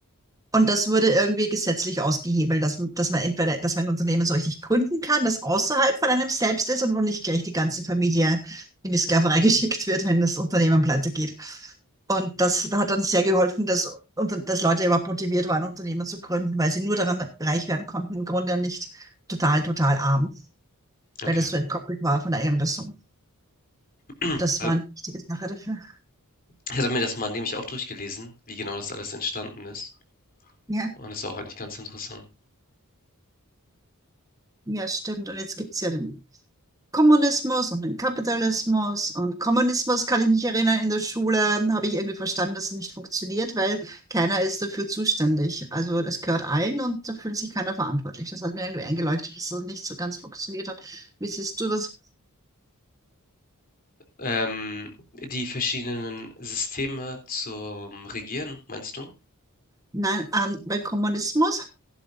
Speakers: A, on the right; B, on the left.
A: Und das wurde irgendwie gesetzlich ausgehebelt, dass, dass man entweder, dass man ein Unternehmen so richtig gründen kann, das außerhalb von einem selbst ist und wo nicht gleich die ganze Familie in die Sklaverei <laughs> geschickt wird, wenn das Unternehmen pleite geht. Und das hat dann sehr geholfen, dass, und dass Leute überhaupt motiviert waren, Unternehmen zu gründen, weil sie nur daran reich werden konnten, im Grunde nicht total, total arm
B: okay.
A: weil das so entkoppelt war von der Einrissung.
B: <clears throat>
A: Das
B: Weil
A: war eine wichtige Sache dafür.
B: Ich hatte mir das mal nämlich auch durchgelesen, wie genau das alles entstanden ist.
A: Ja,
B: Und ist auch eigentlich ganz interessant.
A: ja, stimmt. Und jetzt gibt es ja den Kommunismus und den Kapitalismus. Und Kommunismus kann ich mich erinnern, in der Schule habe ich irgendwie verstanden, dass es nicht funktioniert, weil keiner ist dafür zuständig. Also es gehört allen und da fühlt sich keiner verantwortlich. Das hat mir irgendwie eingeleuchtet, dass das nicht so ganz funktioniert hat. Wie siehst du das?
B: Ähm, die verschiedenen Systeme zum Regieren, meinst du?
A: Nein, ähm, beim Kommunismus